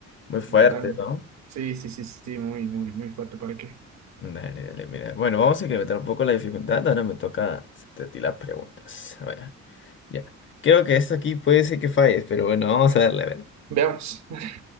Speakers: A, on the left (about 40°); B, on the right (about 65°).
A: muy fuerte,
B: Brutal.
A: ¿no?
B: Sí, sí, sí, sí, sí, muy, muy, muy fuerte. ¿Para qué?
A: Dale, dale, mira. Bueno, vamos a incrementar un poco la dificultad. Ahora me toca hacerte a ti las preguntas. A ver, ya. Creo que esto aquí puede ser que falles, pero bueno, vamos a darle a ver.
B: Veamos. <laughs>